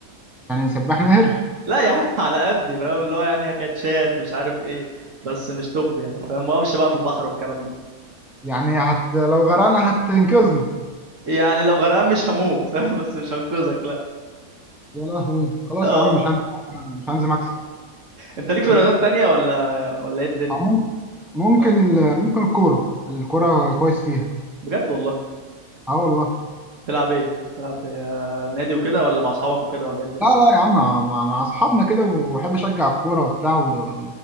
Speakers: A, in the centre; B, on the right.
A: يعني سباح ماهر
B: لا يا عم على قدي فاهم اللي هو يعني كاتشات مش عارف ايه بس مش توب يعني فاهم ما اقفش بقى في البحر والكلام ده
A: يعني هت لو غرقنا هتنقذنا
B: يعني لو غرقان مش هموت فاهم <laughs> بس مش هنقذك لا
A: يا لهوي خلاص
B: اه
A: يا عم مش هنزل مش هنزل معاك سباحة.
B: انت ليك في
A: آه،
B: رياضات تانية ولا ولا ايه الدنيا
A: ممكن ممكن
B: اه
A: ال- ممكن الكوره الكوره كويس فيها
B: بجد والله
A: اه والله
B: تلعب ايه تلعب آه، نادي وكده ولا مع اصحابك وكده ولا ايه الدنيا
A: لا لا يا عم مع, مع مع اصحابنا كده وبحب اشجع الكوره وبتاع و...